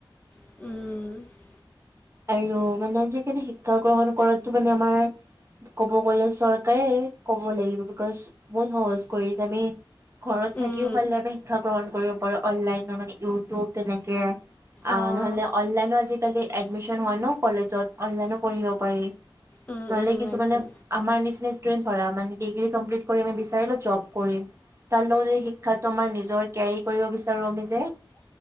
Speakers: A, on the left; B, on the right.
A: উম,
B: আৰু, মানে আজিকালি শিক্ষা গ্ৰহণ কৰাটো মানে আমাৰ ক'ব গ'লে চৰকাৰে, ক'ব লাগিব, বিকজ বহুত সহজ কৰিছে আমি ঘৰত
A: উম,
B: থাকিও ভালে ভাৱে শিক্ষা গ্ৰহণ কৰিব পাৰো, অনলাইন মানে ইউটিউব তেনেকে। আহ,
A: অ'।
B: নহলে অনলাইনো আজিকালি এডমিশন হয় ন' কলেজত অনলাইন পঢ়িব পাৰি।
A: উম
B: নহ'লে
A: উম
B: কিছুমানে
A: একদম।
B: আমাৰ নিচিনা ষ্টুডেন্ট ধৰা মানে ডিগ্ৰী কমপ্লিট কৰি আমি বিচাৰিলো জব কৰিম। তাৰ লগত যে শিক্ষাটো আমাৰ নিজৰ কে কৰিব বিচাৰো আমি যে,